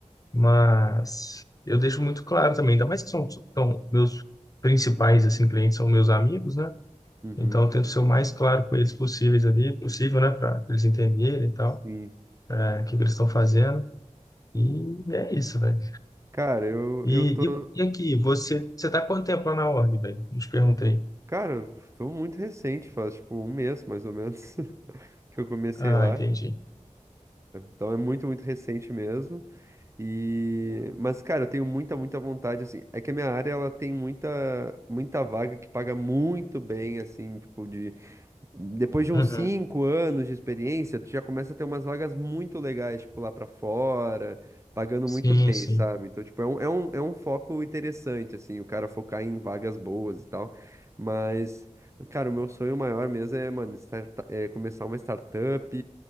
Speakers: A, on the left (about 30°); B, on the right (about 20°).
A: Mas eu deixo muito claro também, ainda mais que são, são meus principais assim clientes são meus amigos, né?
B: uhum,
A: Então eu tento ser o mais claro com eles possíveis ali, possível, né, para eles entenderem e tal,
B: sim.
A: é, o que que eles estão fazendo. E é isso, velho.
B: Cara, eu,
A: E,
B: eu tô.
A: e, e aqui, você você tá quanto tempo lá na ordem, velho? Não te perguntei.
B: Cara, tô muito recente, faz tipo um mês mais ou menos <laughs> que eu comecei
A: Ah,
B: lá.
A: entendi.
B: Então é muito, muito recente mesmo. E mas cara, eu tenho muita, muita vontade assim. É que a minha área ela tem muita, muita vaga que paga muito bem assim, tipo de Depois de
A: Uhum.
B: uns cinco anos de experiência, tu já começa a ter umas vagas muito legais, tipo, lá pra fora, pagando
A: Sim,
B: muito bem,
A: sim.
B: sabe? Então, tipo, é um, é um, é um foco interessante, assim, o cara focar em vagas boas e tal. Mas, cara, o meu sonho maior mesmo é, mano, starta- é começar uma startup,